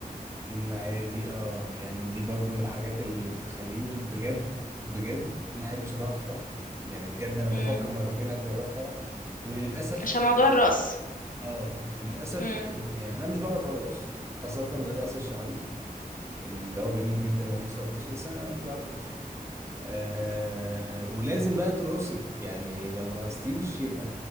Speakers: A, on the right; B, on the left.
A: ما هي دي اه يعني دي برضو من الحاجات اللي بتخليني بجد بجد ما احبش اروح افراح يعني بجد انا
B: مم.
A: بفكر مرتين قبل ما اروح فرح وللاسف
B: عشان موضوع الرقص
A: اه وللاسف
B: مم.
A: انت يعني انا مش بعرف ارقص خاصة الرقص الشعبي اللي هو جميل جدا وانا نفسي ارقصه بس انا مش بعرف ارقصه آه ولازم بقى ترقصي يعني لو مرقصتيش يبقى